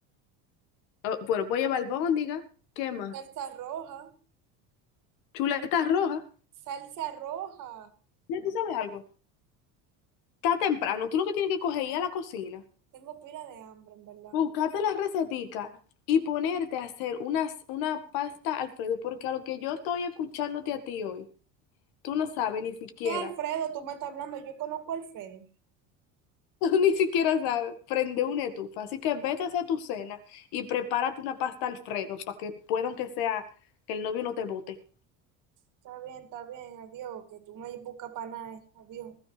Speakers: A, on the left; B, on the right.
A: Oh, bueno, puedo llevar albóndiga. ¿Qué más?
B: Salsa roja,
A: Chuletas rojas.
B: salsa roja.
A: Ya tú sabes algo. Está temprano. Tú lo que tienes que coger es ir a la cocina.
B: Tengo pila de hambre, en verdad.
A: Buscarte las receticas y ponerte a hacer unas, una pasta Alfredo. Porque a lo que yo estoy escuchándote a ti hoy, tú no sabes ni siquiera
B: ¿Qué Alfredo? Tú me estás hablando, yo conozco a Alfredo.
A: <laughs> Tú ni siquiera sabes, prende una estufa. Así que vete a hacer tu cena y prepárate una pasta Alfredo para que pueda, aunque sea, que el novio no te bote.
B: Está bien, está bien, adiós, que tú me buscas para nada, eh. adiós.